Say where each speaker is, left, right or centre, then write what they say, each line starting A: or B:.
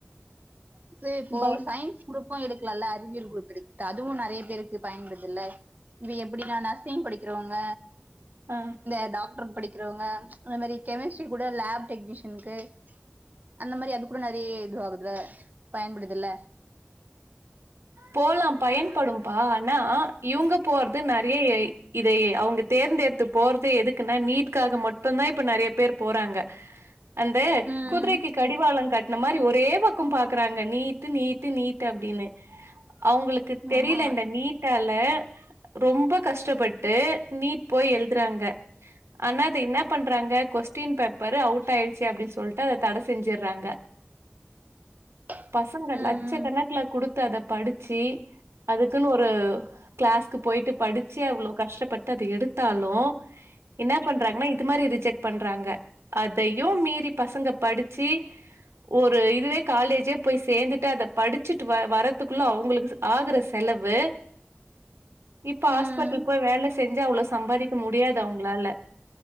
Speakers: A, on the right; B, on the right.
A: இது இப்போ
B: பை
A: சயின்ஸ் குரூப்பு எடுக்கலால்ல அறிவியல் குரூப்பு எடு துட்டு அதுவு நெறைய பேருக்கு பயன்படுதுல்ல இது எப்டின்னா நர்ஸிங் படிக்கிறவங்க
B: ஆ
A: இந்த டாக்டர் படிக்கிறவங்க அந்த மாரி கெமிஸ்ட்ரி கூட லேப் டெக்னீஷியனுக்கு அந்த மாரி அது கூட நெறைய இது ஆகுதுல பயன்படுதுல்ல
B: போலா பயன்படும்பா ஆனா இவங்க போறது நெறையா ஏய் இதையே அவங்க தேர்ந்தெடுத்து போறது எதுக்குன்னா நீட்க்காக மட்டுந்தா இப்ப நெறைய பேர் போறாங்க அந்து
A: ம்
B: குதிரைக்கு கடிவாளோங் கட்ன மாரி ஒரே பக்கம் பாக்கறாங்க நீட்டு நீட்டு நீட்டு அப்டினு அவுங்குளுக்குத் தெரில
A: ஆமா
B: இந்த நீட்.. ட்டால ரொம்ப கஷ்டபட்டு நீட் போய் எழுதுறாங்க.. ஆனா அத இன்னாப் பண்றாங்க கொஸ்டின் பேப்பரு அவுட் ஆயிடுச்சு அப்டின் சொல்ட்டு அத தட செஞ்சிர்றாங்க.
A: <inaudible>
B: பசங்க
A: ம்
B: லட்சக்கணக்ல
A: ம்
B: குடுத்து அத படிச்சி அதுக்குனு ஒரு.... கிளாஸ்க்கு போயிட்டு படிச்சு அவ்ளோ கஷ்டபட்டு அது எடுத்தாலு என்னாப் பண்றாங்னா இது மாரி ரிஜெக்ட் பண்றாங்க அதையும் மீறி பசங்க படிச்சி ஒரு இதுவே காலேஜே போய் சேந்துட்டு அதப் படிச்சிட்டு வ வரத் துக்ள அவுங்குளுக்ச் ஆகற செலவு இப்ப ஹாஸ்பட்லுப்
A: ம்
B: போய் வேல செஞ்சு அவ்ளோ சம்பாரிக்க முடியாது அவுங்ளால